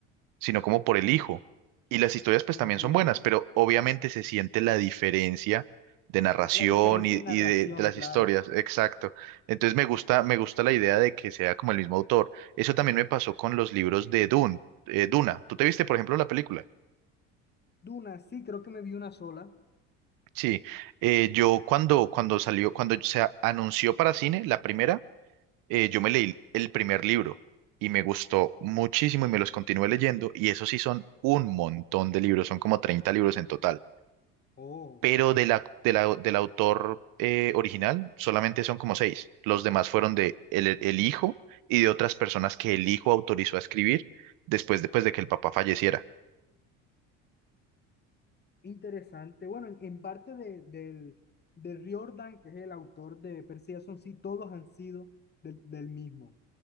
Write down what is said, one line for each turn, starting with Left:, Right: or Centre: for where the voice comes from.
Right: sino como por el hijo. Y las historias pues
Left: Oh,
Right: también
Left: entiendo.
Right: son buenas, pero obviamente se siente la diferencia de narración
Left: La diferencia
Right: y,
Left: en narración,
Right: y de, de las
Left: claro.
Right: historias, exacto. Entonces me gusta, me gusta la idea de que sea como el mismo autor. Eso también me pasó con los libros de Dune, eh, Duna. ¿Tú te viste, por ejemplo, la película?
Left: Duna, sí, creo que me vi una sola.
Right: Sí, eh, yo cuando, cuando salió, cuando se a- anunció para cine, la primera, eh, yo me leí el primer libro y me gustó muchísimo y me los continué leyendo y eso sí son un montón de libros, son como 30 libros en total.
Left: Oh,
Right: pero de la- de la- del autor eh, original solamente son como seis. Los demás fueron de el, el hijo y de otras personas que el hijo autorizó a escribir después de, pues, de que el papá falleciera.
Left: interesante. Bueno, en, en parte de, del, del Riordan, que es el autor de Percy Jackson sí, todos han sido del, del mismo.